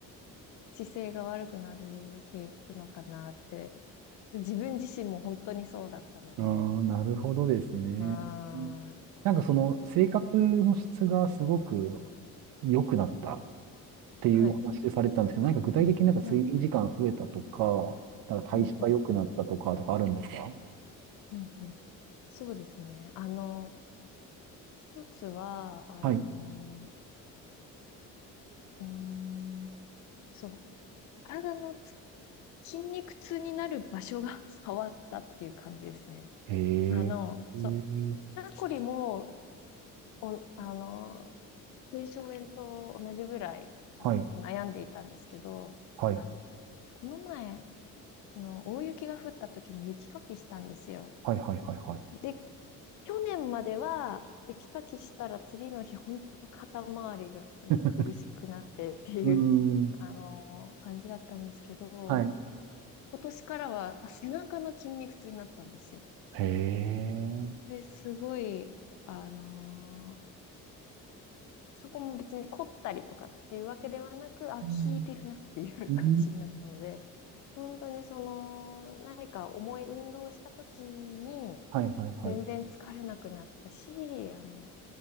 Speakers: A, on the left; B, on the right.
A: 姿勢が悪くなるっていうのかなって、自分自身も本当にそうだったので、
B: あーなるほどですね。
A: まあ、
B: なんかその生活の質がすごく良くなったっていうお話でされてたんですけど、
A: はい。
B: 何か具体的になんか睡眠時間増えたとか、
A: うん
B: なんか代謝が良くなったとかとかあるんですか
A: うんうんうんうんうん。そうですね。あの、一つは、あの、
B: はい。
A: うーん、そう、体のつ筋肉痛になる場所が <laughs> 変わったっていう感じですね。
B: へえ。
A: あの、
B: へえ
A: そう、肩こりも、お、あの、軽症炎と同じぐらい、
B: はい。
A: あの、悩んでいたんですけど、
B: はい。
A: あの、この前、あの、大雪が降った時に雪かきしたんですよ。
B: はいはいはいはい。
A: で、去年までは、雪かきしたら次の日、本当肩周りがうん苦しくなってっていう、
B: <laughs> うーん。
A: あのー感じだったんですけど、
B: はい。
A: 今年からはあ背中の筋肉痛になったんですよ。
B: へえ。
A: で、すごい、あのーそこも別に凝ったりとかっていうわけではなく、あ、
B: うん
A: 効いてるなっていう感じになったので、
B: うん
A: 本当にその、何か重い運動をした時に、
B: はいはいはい。
A: 全然疲れなくなったし、あの、